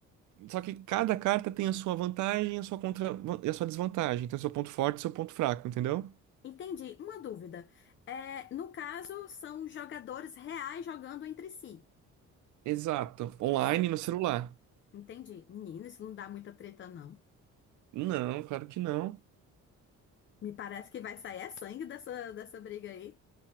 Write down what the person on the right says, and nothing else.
Só que cada carta tem a sua vantagem, a sua contra e a sua desvantagem, tem o seu ponto forte e o seu ponto fraco, entendeu?
Exato, online
e no celular.
Não, claro que não.